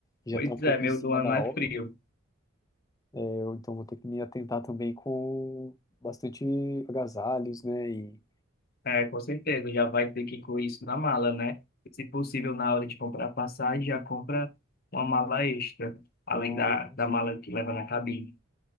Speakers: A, on the left (about 15°); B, on the left (about 45°).
A: Já
B: Pois
A: tá um pouco
B: é, meio
A: em cima
B: do ano
A: da
B: é
A: hora,
B: frio.
A: é, eu, então vou ter que me atentar também com bastante agasalhos, né? E,
B: É, com certeza, já vai ter que incluir isso na mala, né? se possível, na hora de comprar passagem, já compra uma mala extra, além
A: ah,
B: da,
A: entendi.
B: da mala que leva na cabine.